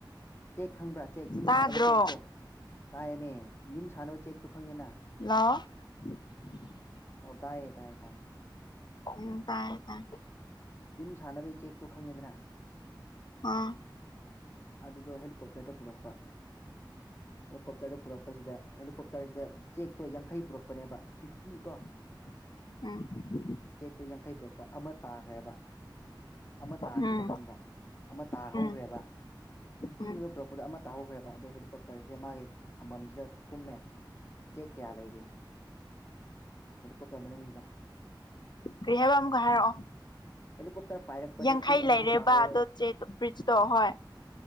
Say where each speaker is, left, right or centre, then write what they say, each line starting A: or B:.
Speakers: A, on the left (about 30°); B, on the left (about 60°).
A: ꯆꯦꯛ ꯈꯪꯕ꯭ꯔꯥ ꯆꯦꯛ ꯌꯨꯝ
B: ꯇꯥꯗ꯭ꯔꯣ
A: ꯁꯥꯟꯅꯕ ꯆꯦꯛꯇꯣ ꯇꯥꯏꯌꯦꯃꯤ ꯌꯨꯝ ꯁꯥꯟꯅꯕ ꯆꯦꯛꯇꯣ ꯈꯪꯉꯤꯅ
B: ꯅꯥ <inaudible>
A: ꯍꯧ ꯇꯥꯏꯌꯦ ꯇꯥꯏ ꯇꯥꯏꯌꯦ
B: ꯈꯣꯏꯔꯣꯡ ꯇꯔꯕ <unintelligible>
A: ꯌꯨꯝ ꯁꯥꯟꯅꯕꯩ ꯆꯦꯛꯇꯣ ꯈꯪꯉꯦꯗꯅ
B: ꯑꯥ
A: ꯑꯗꯨꯗꯣ ꯍꯦꯂꯤꯀꯣꯞꯇꯔꯗ ꯄꯨꯔꯛꯄ ꯍꯦꯂꯤꯀꯣꯞꯇꯔꯗ ꯄꯨꯔꯛꯄꯁꯤꯗ ꯍꯦꯂꯤꯀꯣꯞꯇꯔꯁꯤꯗ ꯆꯦꯛꯇꯣ ꯌꯥꯡꯈꯩ ꯄꯨꯔꯛꯄꯅꯦꯕ ꯐꯤꯐꯇꯤ ꯀꯣ
B: <inaudible> ꯎꯝ
A: ꯆꯦꯛꯇꯨ ꯌꯥꯡꯈꯩ ꯄꯨꯔꯛꯄ ꯑꯃ ꯇꯥꯈ꯭ꯔꯦꯕ ꯑꯃ
B: ꯎꯝ
A: ꯇꯥꯈꯤꯕ ꯈꯪꯕ꯭ꯔꯥ ꯑꯃ ꯇꯥꯍꯧꯈ꯭ꯔꯦꯕ
B: ꯎꯝ
A: ꯐꯤꯐꯇꯤꯅꯤꯕ
B: ꯎꯝ
A: ꯄꯨꯔꯛꯄꯗ ꯑꯃ ꯇꯥꯍꯧꯈ꯭ꯔꯦꯕ ꯑꯗꯣ ꯍꯦꯂꯤꯀꯣꯞꯇꯔꯁꯦ ꯃꯥꯒꯤ ꯈꯝꯕꯝꯁꯤꯗ ꯀꯨꯝꯃꯦ ꯆꯦꯛ ꯀꯌꯥ ꯂꯩꯔꯤ ꯍꯦꯂꯤꯀꯣꯞꯇꯔ ꯃꯅꯨꯡꯗꯨꯗ
B: ꯀꯔꯤꯍꯥꯏꯕ ꯑꯃꯨꯛꯀ ꯍꯥꯏꯔꯛꯑꯣ
A: ꯍꯦꯂꯤꯀꯣꯞꯇꯔ ꯄꯥꯏꯔꯛꯄꯗ
B: ꯌꯥꯡꯈꯩ
A: ꯆꯦꯛ ꯑꯃꯁꯦ
B: ꯂꯩꯔꯦꯕ
A: ꯇꯥꯍꯧꯔꯦꯕ
B: ꯑꯗꯣ ꯆꯦ ꯕ꯭ꯔꯤꯖꯇꯣ ꯍꯣꯏ